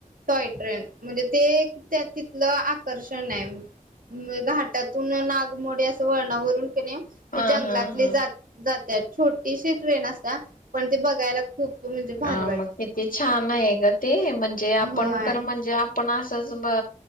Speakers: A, on the right; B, on the left.
A: टॉय ट्रेन म्हणजे ती त्या तिथलं आकर्षणये म घाटात पून्हा नागमोडी असं वळणावरून कने हे
B: हा
A: जंगलातली
B: हा हा
A: जात जात्यात छोटी शी ट्रेन असत्या पण ते बघायला खूप म्हणजे भारी
B: आ
A: वाटतं.
B: मग किती छान आहे गं. ते म्हणजे
A: होय
B: आपण तर म्हणजे आपण असच बा